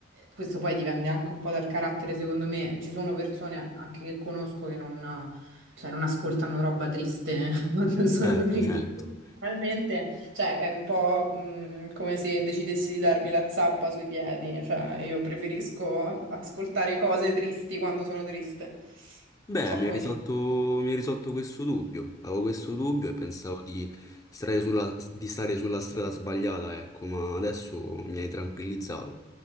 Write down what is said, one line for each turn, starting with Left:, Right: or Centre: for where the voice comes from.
Right: questo poi dipende anche un po' dal carattere, secondo me, ci sono persone anche che conosco che non, cioè, non ascoltano roba triste <laughs> quando sono
Left: certo,
Right: triste.
Left: certo.
Right: Realmente cioè, è un po', mh, come se decidessi di darmi la zappa sui piedi, cioè io preferisco ascoltare cose tristi quando sono triste.
Left: Beh,
Right: Non so
Left: mi
Right: come
Left: hai risolto,
Right: dire.
Left: mi hai risolto questo dubbio. Avevo questo dubbio e pensavo di stare sulla, di stare sulla strada sbagliata, ecco, ma adesso mi hai tranquillizzato.